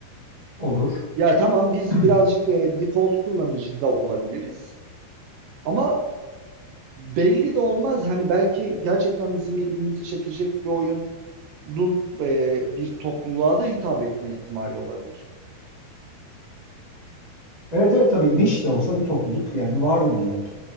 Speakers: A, on the right; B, on the right.
A: olur.
B: Ya
A: <clears throat>
B: tamam biz birazcık e, default kullanıcı da olabiliriz. Ama belli de olmaz. Hani belki gerçekten bizim ilgimizi çekecek bir oyunun e, bir topluluğa da hitap etme ihtimali olabilir.
A: Evet evet tabii niş de olsa bir topluluk yani vardır illaki.